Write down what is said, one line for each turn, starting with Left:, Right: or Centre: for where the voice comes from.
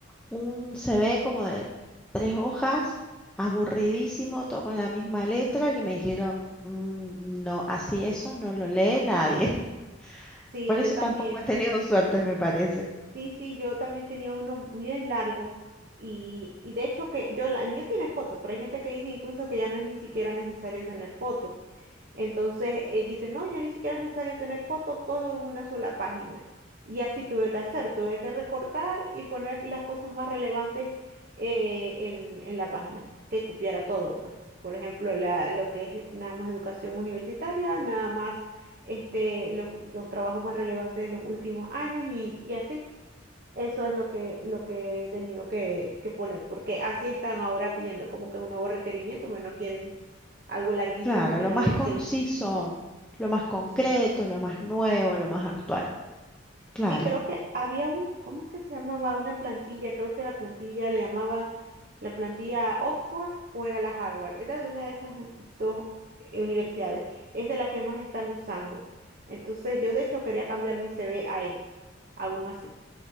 Centre: un CV como de tres hojas, aburridísimo, todo con la misma letra, y me dijeron, "Mm, no, así eso no lo lee nadie. <laughs>
Right: Sí,
Centre: Por
Right: yo
Centre: eso
Right: también.
Centre: tampoco he tenido suerte, me parece.
Right: Sí, sí, yo también tenía uno muy bien largo y, y de hecho que yo, la- el mío tiene foto, pero hay gente que dice incluso que ya no es ni siquiera necesario tener foto. Entonces eh, dice, no, ya ni siquiera es necesario tener foto, todo en una sola página. Y así tuve que hacer, tuve que recortar y poner las cosas más relevantes eh, en, en la página, que cupiera todo, pues. Por ejemplo, la, lo que es nada más educación universitaria, nada más este, los, los trabajos más relevantes de los últimos años y, y así. Eso es lo que, lo que he tenido que, que poner, porque así están ahora pidiendo como que un nuevo requerimiento, bueno quieren algo larguísimo
Centre: Claro,
Right: que
Centre: lo
Right: no
Centre: más
Right: le,
Centre: conciso,
Right: que le- Ujú,
Centre: lo más concreto,
Right: sí.
Centre: lo más nuevo, lo más actual. Claro,
Right: Sí, creo que había un, ¿cómo es que se llamaba? Una plantilla, creo que la plantilla le llamaban la plantilla Oxford o era la Harvard, era de una de esas dos eh, universidades, es de la que más están usando. Entonces yo de hecho quería cambiar mi CV a ese, a uno así.